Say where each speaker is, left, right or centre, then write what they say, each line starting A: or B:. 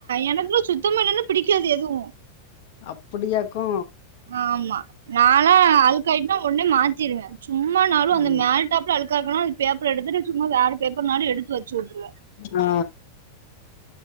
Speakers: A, on the right; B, on the left.
A: எனக்குலா சுத்தமா இல்லனா‌ பிடிக்காது எதுவு
B: அப்பிடியாக்கு
A: ஆம்மா நாலா அழுக்காயிட்னா ஒன்னே மாத்திருவே சும்மாநாளு அந்த
B: ம்
A: மேல் டேப்ல அழுக்கா இருக்குனா ஒரு பேப்பர் எடுத்துட்டு சும்மா வேற பேப்பர்னாலு எடுத்து ‌வச்சு வுட்ருவோ
B: ஆ